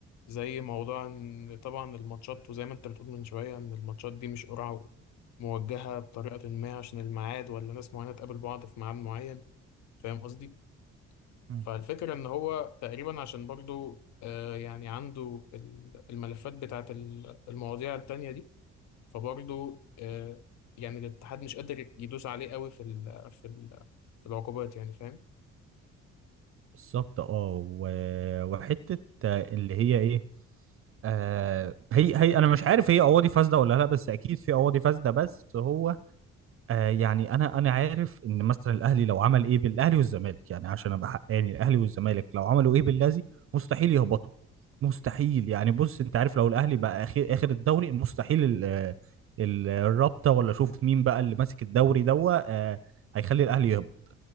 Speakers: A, on the left (about 65°); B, on the right (about 45°).
A: زي موضوع ان طبعا الماتشات وزي ما انت بتقول من شويه ان الماتشات دي مش قرعه موجهه بطريقه ما عشان الميعاد ولا ناس معينه تقابل بعض في ميعاد معين فاهم قصدي
B: مم،
A: فالفكرة إن هو تقريبا عشان برضو آه، يعني عنده ال- الملفات بتاعت ال- المواضيع التانية دي فبرضو آه، يعني الاتحاد مش قادر يدوس عليه قوي في ال في ال في العقوبات يعني فاهم
B: بالظبط اه و- وحته آه، اللي هي ايه آه هي هي انا مش عارف هي قواضي فاسده ولا لا بس اكيد في قواضي فاسده بس هو آه يعني انا انا عارف ان مثلا الاهلي لو عمل ايه بالاهلي والزمالك يعني عشان ابقى حقاني الاهلي والزمالك لو عملوا ايه باللازي مستحيل يهبطوا مستحيل يعني بص انت عارف لو الاهلي بقى اخر اخر الدوري مستحيل ال ال- الرابطه ولا شوف مين بقى اللي ماسك الدوري دوا آه هيخلي الاهلي يهبط